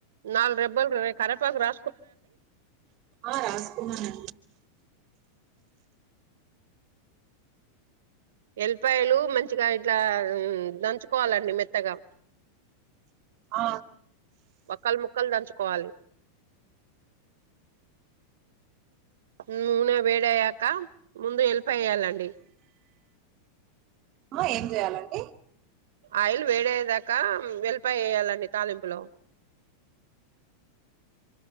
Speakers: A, on the right; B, on the right.
A: నాలు రెబ్బల్ కరేపాక రా
B: ఆ రాస్ కనండి
A: ఎలిపాయలు మంచిగా ఇట్లా దంచుకోవాలండి మెత్తగా
B: ఆ
A: వక్కలు ముక్కలు దంచుకోవాలి నూనె వేడయ్యాక ముందు హెల్ప్ అయ్యాలండి
B: ఆ ఏం చేయాలండి
A: ఆయిల్ వేడేదాకా వెళ్ళిపోయి వేయాలండి తాలింపులో